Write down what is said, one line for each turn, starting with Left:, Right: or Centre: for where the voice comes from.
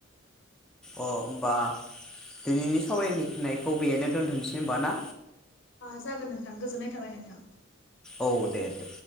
Centre: अ होमबा दिनैनि सावरायनिनायखौ बेहायनो दोन्थनोसै हबा ना
Left: ओ जागोन नोंथां गोजोननाय थाबाय नोंथां।
Centre: औ दे दे